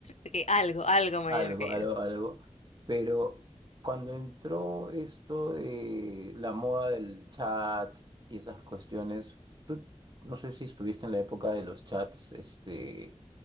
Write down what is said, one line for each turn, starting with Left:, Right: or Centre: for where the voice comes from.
Left: Ok, algo, algo mayor
Right: Algo,
Left: que
Right: algo,
Left: yo.
Right: algo. Pero cuando entró esto de la moda del chat y esas cuestiones, tú no sé si estuviste en la época de los chats, este,